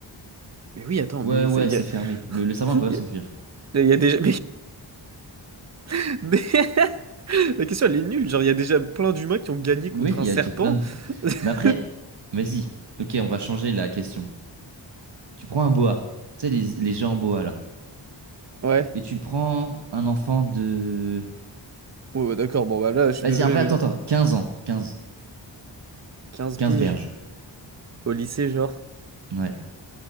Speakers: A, on the right; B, on the right.
A: Mais oui, attends,
B: Ouais,
A: mais
B: ouais,
A: ça il y
B: c'est
A: a...
B: fermé. Le, le serpent ne peut pas
A: Il
B: s'enfuir.
A: y a, il y a déjà... <laughs> mais- La question, elle est nulle. Genre, il y a déjà plein d'humains qui ont gagné contre
B: Oui,
A: un
B: il
A: serpent.
B: y a déjà plein de... Mais
A: <laughs>
B: après, vas-y. Ok, on va changer la question. Tu prends un boa. Tu sais, les, les gens en boa, là.
A: Ouais.
B: Et tu prends un enfant de...
A: Ouais, ouais, d'accord. Bon, bah là, je suis
B: Vas-y,
A: désolé,
B: après,
A: mais
B: attends,
A: non.
B: attends. quinze ans. quinze
A: quinze
B: quinze
A: piges
B: berges.
A: au lycée, genre.
B: Ouais.